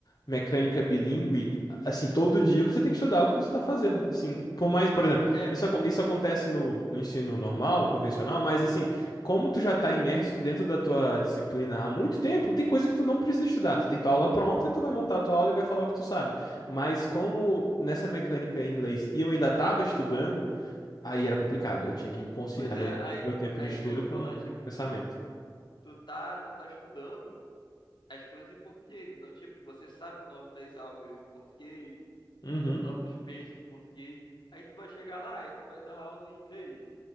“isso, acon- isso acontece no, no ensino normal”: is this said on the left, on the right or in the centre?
Left